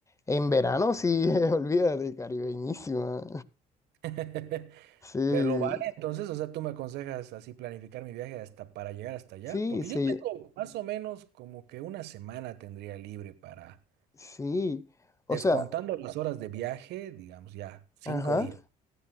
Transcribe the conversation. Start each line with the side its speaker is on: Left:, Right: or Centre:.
Left: en verano sí, <laughs> olvídate, caribeñísima.
Right: <laughs>
Left: Sí,
Right: Pero lo vale, entonces, o sea, tú me aconsejas así planificar mi viaje hasta para llegar hasta allá,
Left: sí,
Right: porque
Left: sí,
Right: yo tengo más o menos como que una semana tendría libre para,
Left: sí. O
Right: descontando
Left: sea,
Right: las horas de viaje, digamos ya, cinco
Left: ajá.
Right: días.